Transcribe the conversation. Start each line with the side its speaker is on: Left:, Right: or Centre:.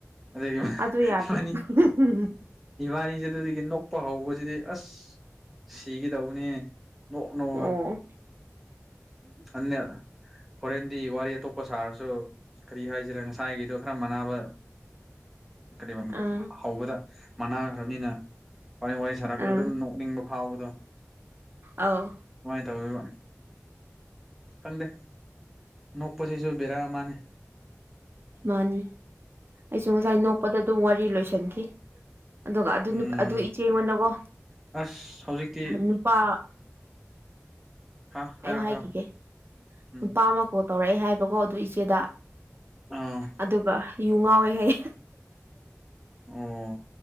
Centre: ꯑꯗꯒꯤ
Right: ꯑꯗꯨ ꯌꯥꯗꯦ
Centre: ꯏꯕꯥꯅꯤ
Right: ꯎꯝ
Centre: ꯏꯕꯥꯅꯤꯁꯤ ꯑꯗꯨꯗꯒꯤ ꯅꯣꯛꯄ ꯍꯧꯕꯁꯤꯗꯤ ꯑꯁ ꯁꯤꯒ ꯇꯧꯕꯅꯦ ꯅꯣꯛ ꯅꯣꯛꯑꯒ
Right: ꯑꯣ
Centre: ꯑꯗꯨꯅ ꯍꯣꯔꯦꯟꯗꯤ ꯋꯥꯔꯤ ꯑꯇꯣꯞꯄ ꯁꯥꯔꯁꯨ ꯀꯔꯤ ꯍꯥꯏꯁꯤꯔ ꯉꯁꯥꯏꯒꯤꯗꯣ ꯈꯔ ꯃꯥꯟꯅꯕ ꯀꯔꯤ
Right: ꯑꯥ
Centre: ꯍꯧꯕꯗ ꯃꯅꯥꯈ꯭ꯔꯕꯅꯤꯅ ꯋꯥꯔꯤ ꯋꯥꯔꯤ ꯁꯥꯔꯛꯄꯗ
Right: ꯑꯥ
Centre: ꯑꯗꯨꯝ ꯅꯣꯛꯅꯤꯡꯕ ꯐꯥꯎꯕꯗꯣ
Right: ꯑꯧ
Centre: ꯇꯧꯕ ꯈꯪꯗꯦ ꯅꯣꯛꯄꯁꯤꯁꯨ ꯕꯦꯔꯥ ꯃꯥꯅꯤ
Right: ꯃꯥꯅꯤ ꯑꯩꯁꯨ ꯉꯁꯥꯏ ꯅꯣꯛꯄꯗ ꯑꯗꯨꯝ ꯋꯥꯔꯤ ꯂꯣꯏꯁꯟꯈꯤ ꯑꯗꯨꯒ
Centre: ꯎꯝ
Right: ꯑꯗꯨ ꯏꯆꯦ ꯑꯩꯉꯣꯟꯗꯀꯣ
Centre: ꯑꯁ ꯍꯧꯖꯤꯛꯇꯤ
Right: ꯅꯨꯄꯥ
Centre: ꯍꯥ ꯍꯥꯏꯔꯣ
Right: ꯍꯥꯏꯈꯤꯒꯦ
Centre: ꯍꯥꯏꯔꯣ ꯎꯝ
Right: ꯅꯨꯄꯥ ꯑꯃ ꯀꯣꯜ ꯇꯧꯔꯛꯑꯦ ꯍꯥꯏꯕꯀꯣ ꯑꯗꯨ ꯏꯆꯦꯗ
Centre: ꯑꯥ
Right: ꯑꯗꯨꯒ ꯌꯨ ꯉꯥꯎꯋꯦ ꯍꯥꯏ
Centre: ꯑꯣ